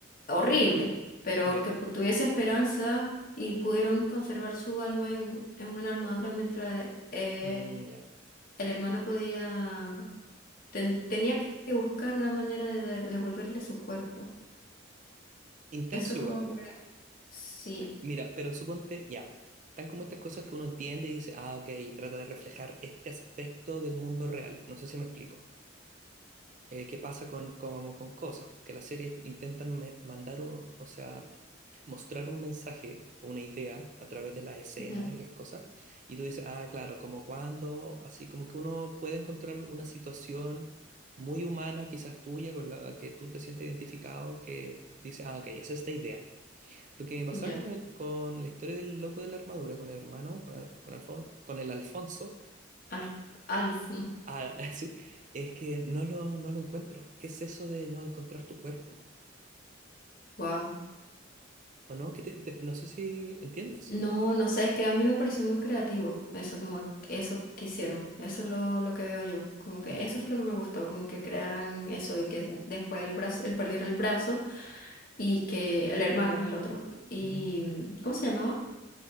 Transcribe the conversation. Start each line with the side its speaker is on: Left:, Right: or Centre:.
Left: horrible, pero
Right: Ya,
Left: que pu- tuviese esperanza y pudieron conservar su alma en, en una armadura mientras eh,
Right: mm, ya.
Left: el hermano podía, ten- tenía que buscar una manera de, de- devolverle su cuerpo.
Right: Intenso
Left: Eso como
Right: igual, pues.
Left: que, sí,
Right: Mira, pero suponte, ya. Tan como estas cosas que uno entiende y dice, ah, ok, trata de reflejar este aspecto del mundo real. No sé si me explico. Eh, ¿qué pasa con, como con cosas? Porque las series intentan me- mandar, un- o sea, mostrar un mensaje o una idea a través de la escena
Left: ujú,
Right: y las cosas, y tú dices, ah, claro, como cuando, así como que uno puede encontrar una situación muy humana, quizás tuya, con la que tú te sientes identificado, que dice, ah, ok, es esta idea. Lo que me pasaba
Left: ya,
Right: con, el- con la historia del loco de la armadura, con el hermano, con, Al- con, Alfon- con el Alfonso,
Left: Al, Alf,
Right: ah, <laughs> sí, es que no lo, no lo encuentro. ¿Qué es eso de no encontrar tu cuerpo?
Left: wow.
Right: ¿O no? Que te- te- no sé si entiendes.
Left: No, no sé, es que a mí me pareció muy creativo eso, como eso que hicieron, eso es lo, lo que veo yo, como que
Right: Ya.
Left: eso fue lo que me gustó, como que crearan eso y que después el brazo, él perdiera el brazo y que el hermano, el otro, y
Right: Ujú.
Left: mm, ¿cómo se llamaba?